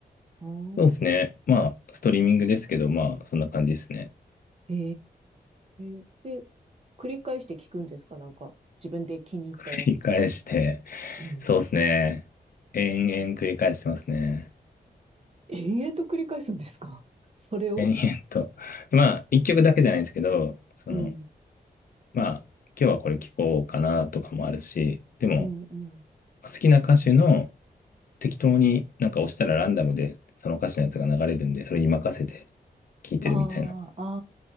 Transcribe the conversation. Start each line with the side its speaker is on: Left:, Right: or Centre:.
Right: ああ。
Left: そうですね。まあ、ストリーミングですけど、まあ、そんな感じですね。
Right: へえ。で、繰り返して聞くんですかなんか、自分で気に入ったやつとか。
Left: 繰り返して、
Right: うん。
Left: そうですね。延々繰り返してますね。
Right: 延々と繰り返すんですか <laughs> それを
Left: 延々と。まあ、一曲だけじゃないんですけど、その、
Right: うん。
Left: まあ、今日はこれ聞こうかなとかもあるし、でも、
Right: うん、うん。
Left: 好きな歌手の適当になんか押したらランダムでその歌手のやつが流れるんで、それに任せて聴いてるみたいな。
Right: ああ、